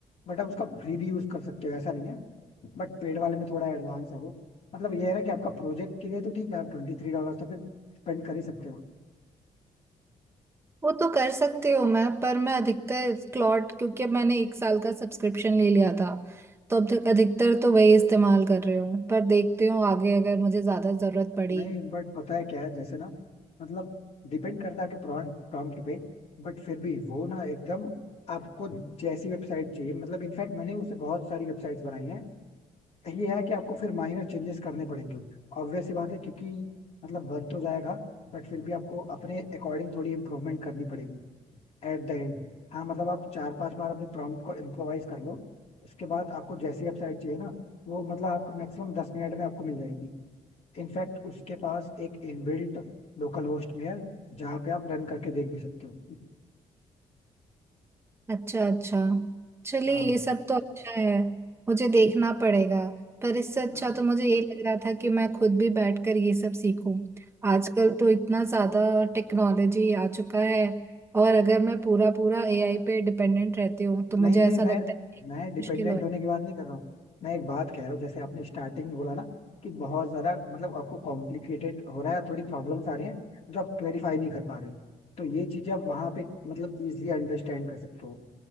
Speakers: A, on the left; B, on the right.
A: बट आप उसका फ्री भी यूज कर सकते हो ऐसा नहीं है बट पेड वाले में थोड़ा एडवांस है वो मतलब ये है ना कि आपका प्रोजेक्ट के लिए तो ठीक है आप ट्वेंटी थ्री डॉलर तो फिर स्पेंड कर ही सकते हो
B: वो तो कर सकती हूँ मैं पर मैं अधिकतर क्लॉट क्योंकि अब मैंने एक साल का सब्सक्रिप्शन ले लिया था तो अब अधिकतर तो वही इस्तेमाल कर रही हूँ पर देखती हूँ आगे अगर मुझे ज्यादा जरूरत पड़ी
A: नहीं बट पता है क्या है जैसे ना मतलब डिपेंड करता है कि प्रॉम्प्ट प्रॉम्प्ट पे बट फिर भी वो ना एकदम आपको जैसी वेबसाइट चाहिए मतलब इनफैक्ट मैंने उससे बहुत सारी वेबसाइट्स बनाई हैं ये है कि आपको फिर माइनर चेंजेस करने पड़ेंगे ऑब्वियस सी बात है क्योंकि मतलब बन तो जाएगा बट फिर भी आपको अपने अकॉर्डिंग थोड़ी इम्प्रूवमेंट करनी पड़ेगी एट द एंड हाँ मतलब आप चार पांच बार अपने प्रॉम्प्ट को इम्प्रोवाइज कर लो उसके बाद आपको जैसी वेबसाइट चाहिए ना वो मतलब आपको मैक्सिमम दस मिनट में आपको मिल जाएगी इनफैक्ट उसके पास एक इनबिल्ट लोकल होस्ट भी है जहाँ पे आप रन करके देख भी सकते हो
B: अच्छा अच्छा चलिए
A: हाँ
B: ये सब तो अच्छा है मुझे देखना पड़ेगा पर इससे अच्छा
A: हाँ,
B: तो मुझे ये लग रहा था कि मैं खुद भी बैठकर ये सब सीखूं आजकल तो इतना ज़्यादा टेक्नोलॉजी आ चुका है और अगर मैं पूरा पूरा एआई पे डिपेंडेंट रहती हूँ तो मुझे
A: नहीं नहीं
B: ऐसा
A: मैं
B: लगता है कि
A: मैं डिपेंडेंट
B: मुश्किल हो
A: होने की बात नहीं कर रहा हूँ मैं एक बात कह रहा हूँ जैसे आपने स्टार्टिंग में बोला ना कि बहुत ज्यादा मतलब आपको कॉम्प्लिकेटेड हो रहा है थोड़ी प्रॉब्लम्स आ रही हैं जो आप क्लेरिफाई नहीं कर पा रहे हो। तो ये चीजें आप वहां पे मतलब इजिली अंडरस्टैंड कर सकते हो